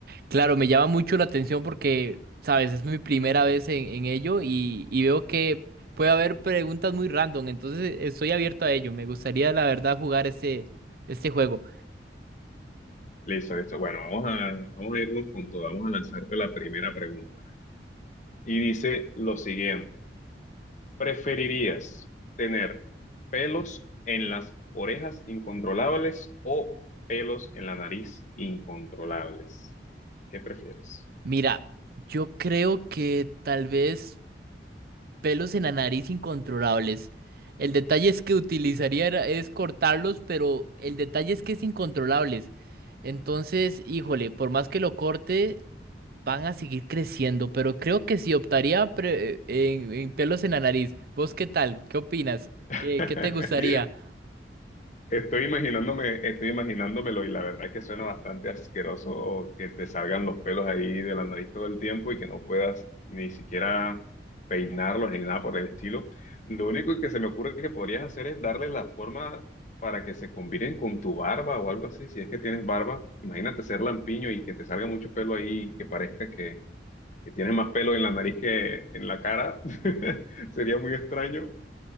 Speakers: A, on the right; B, on the left.
A: Claro, me llama mucho la atención porque, sabes, es mi primera vez en, en ello y, y veo que puede haber preguntas muy random, entonces eh, estoy abierto a ello. Me gustaría, la verdad, jugar ese, este juego.
B: Listo, listo. Bueno, vamos a, vamos a irnos con todo. Vamos a lanzarte la primera pregunta. Y dice lo siguiente. ¿Preferirías tener pelos en las orejas incontrolables o pelos en la nariz incontrolables? ¿Qué prefieres?
A: Mira, yo creo que tal vez. pelos en la nariz incontrolables. El detalle es que utilizaría era- es cortarlos, pero el detalle es que es incontrolables. Entonces, híjole, por más que lo corte, van a seguir creciendo, pero creo que sí optaría pre- en, en pelos en la nariz. ¿Vos qué tal? ¿Qué opinas?
B: <laughs>
A: ¿Qué, qué te gustaría?
B: Estoy imaginándome, estoy imaginándomelo y la verdad es que suena bastante asqueroso que te salgan los pelos ahí de la nariz todo el tiempo y que no puedas ni siquiera peinarlos ni nada por el estilo. Lo único que se me ocurre que podrías hacer es darle la forma para que se combinen con tu barba o algo así, si es que tienes barba. Imagínate ser lampiño y que te salga mucho pelo ahí y que parezca que, que tienes más pelo en la nariz que en la cara. <laughs> Sería muy extraño